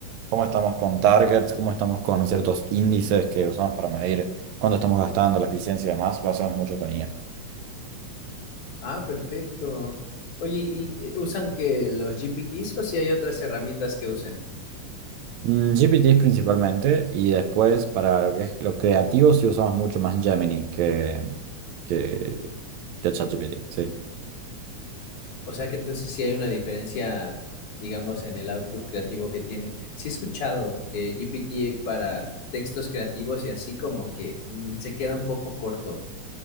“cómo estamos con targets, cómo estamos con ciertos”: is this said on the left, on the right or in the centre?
Right